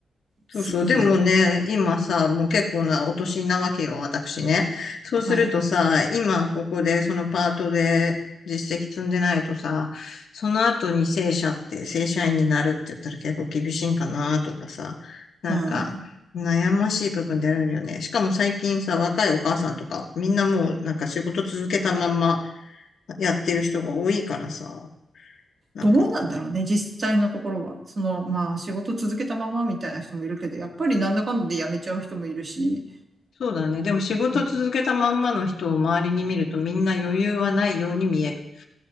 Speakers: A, on the left; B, on the right.
A: そうそう。
B: すなんだろ
A: でもね、今さ、もう結構なお年なわけよ、私ね。そうするとさ、
B: う。はい。
A: 今ここでそのパートで実績積んでないとさ、その後に正社って、正社員になるって言ったら結構厳しいんかなとかさ、なんか悩ましい部分であるよね。
B: うん。
A: しかも最近さ、若いお母さんとか、みんなもうなんか仕事続けたまんまやってる人が多いからさ、なんか
B: どうなんだろうね、実際のところは。その、まあ、仕事続けたままみたいな人もいるけど、やっぱりなんだかんだで辞めちゃう人もいるし、
A: そうだね。でも仕事続けたまんまの人を周りに見るとみんな余裕はないように見える。
B: うん